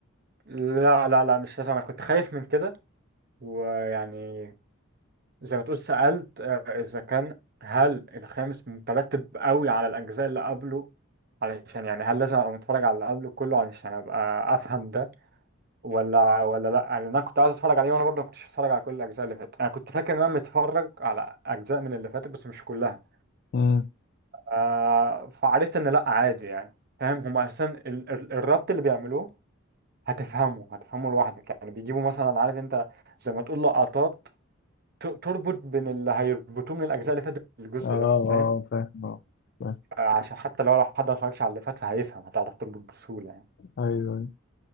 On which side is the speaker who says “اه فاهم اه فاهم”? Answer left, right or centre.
Left